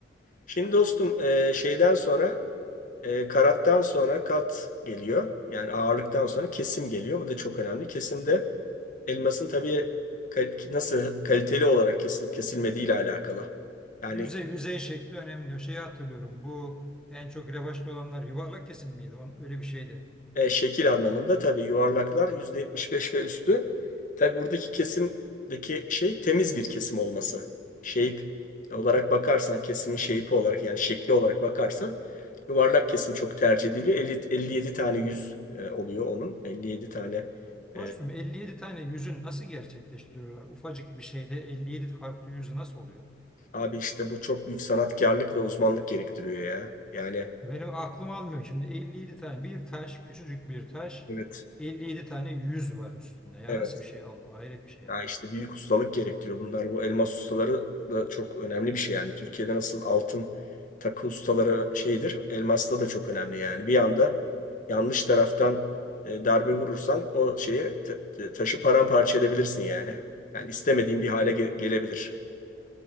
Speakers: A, on the left; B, in the centre.
A: Şimdi dostum e, şeyden sonra e, karattan sonra kat geliyor. Yani ağırlıktan sonra kesim geliyor. Bu da çok önemli. Kesimde elmasın tabii kal- nasıl kaliteli olarak kesilip kesilmediği ile alakalı. Yani
B: Yüzey yüzey şekli önemli. O şeyi hatırlıyorum. Bu en çok revaçta olanlar yuvarlak kesim miydi? Onun, öyle bir şeydi.
A: E, şekil anlamında tabii yuvarlaklar %75 ve üstü. Tabii buradaki kesimdeki şey temiz bir kesim olması. Shape olarak bakarsan kesimin shape olarak yani şekli olarak bakarsan yuvarlak kesim çok tercih ediliyor. 50, 57 tane yüz e, oluyor onun. 57 tane.
B: Dostum
A: E,
B: 57 tane yüzü nasıl gerçekleştiriyorlar? Ufacık bir şeyde 57 farklı yüzü nasıl oluyor?
A: abi işte bu çok büyük sanatkarlık ve uzmanlık gerektiriyor ya. Yani
B: E, Benim aklım almıyor şimdi 57 tane bir taş, küçücük bir taş
A: evet
B: 57 tane yüz var üstünde. Ya
A: evet.
B: nasıl bir şey Allah hayret bir şey ya.
A: Ya işte büyük ustalık gerektiriyor bunlar. Bu elmas ustaları da çok önemli bir şey yani. Türkiye'de nasıl altın takı ustaları şeydir, elmasta da çok önemli yani. Bir anda yanlış taraftan e, darbe vurursan o şeyi ta- ta- taşı paramparça edebilirsin yani. Yani istemediğin bir hale ge- gelebilir.